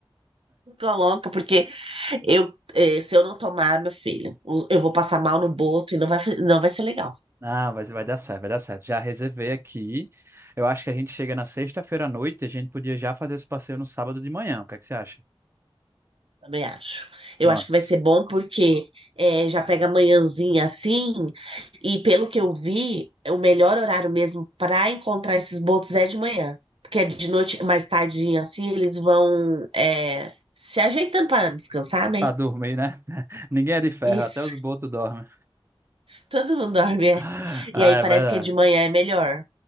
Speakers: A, on the right; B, on the right.
A: Fico louca, porque eu, eh, se eu não tomar, meu filho, eu vou passar mal no boto e não vai, não vai ser legal.
B: Ah, vai, vai dar certo, vai dar certo. Já reservei aqui. Eu acho que a gente chega na sexta-feira à noite. A gente podia já fazer esse passeio no sábado de manhã. O que é que você acha?
A: Também acho. Eu
B: Pronto.
A: acho que vai ser bom porque é já pega manhãzinha assim, e pelo que eu vi, o melhor horário mesmo para encontrar esses botos é de manhã. Porque é de noite, mais tardinha assim, eles vão é se ajeitando para descansar, né?
B: Pra dormir, né? <laughs> Ninguém é de ferro,
A: Isso.
B: até os botos dormem.
A: <laughs> Todo mundo dorme, é.
B: Ah,
A: E aí
B: é
A: parece
B: verdade.
A: que de manhã é melhor.